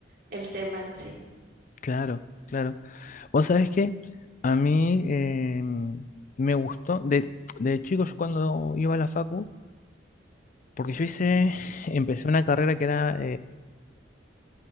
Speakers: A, on the right; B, on the left.
A: el tema en sí.
B: claro, claro. Vos sabés que a mí eh, me gustó, de, de chico yo cuando iba a la facu, porque yo hice, <laughs> empecé una carrera que era